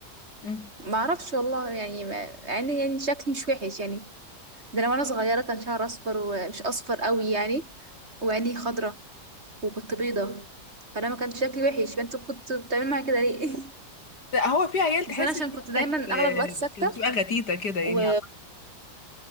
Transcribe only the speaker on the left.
مم.
لا هو في عيال تحس
ان
هي
كانت
كانت بتبقى غتيتة كده يعني